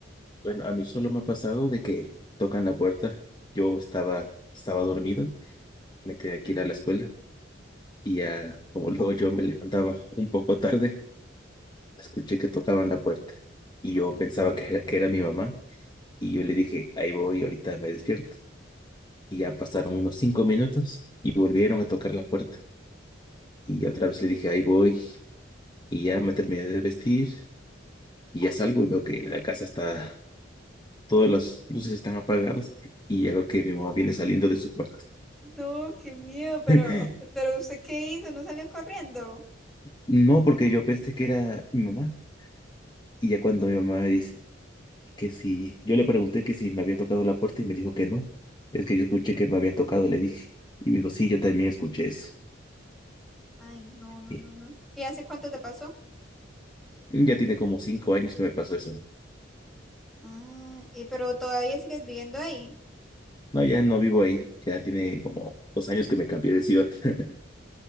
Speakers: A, on the left; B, in the centre.
A: Bueno, a mí solo me ha pasado de que tocan la puerta. Yo estaba, estaba dormido, me tenía que ir a la escuela y ya como <laughs> luego yo me levantaba un poco tarde, escuché que tocaban la puerta y yo pensaba que era, que era mi mamá y yo le dije, ahí voy, ahorita me despierto. Y ya pasaron unos cinco minutos y volvieron a tocar la puerta. Y ya otra vez le dije, ahí voy. Y ya me terminé de vestir y ya salgo y veo que la casa está, todas las luces están apagadas y ya veo que mi mamá viene saliendo de su cuarto.
B: No, qué miedo, pero,
A: <laughs>
B: pero ¿usted qué hizo? ¿No salió corriendo?
A: No, porque yo pensé que era mi mamá. Y ya cuando mi mamá me dice que si, yo le pregunté que si me había tocado la puerta y me dijo que no. Es que yo escuché que me habían tocado, le dije. Y me dijo, sí, yo también escuché eso.
B: Ay, no, no,
A: Y
B: no, no. ¿Y hace cuánto te pasó?
A: ya tiene como cinco años que me pasó eso.
B: Ah, y pero todavía sigues viviendo ahí.
A: No, ya no vivo ahí. Ya tiene como dos años que me cambié de ciudad. <laughs>